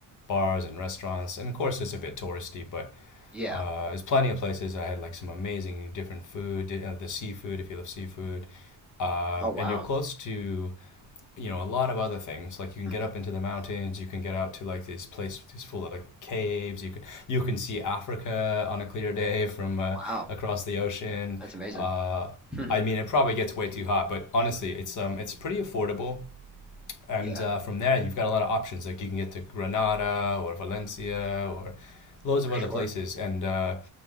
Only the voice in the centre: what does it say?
Yeah.
Oh, wow.
Mhm.
Wow.
That's amazing.
<laughs>
Yeah,
for
sure.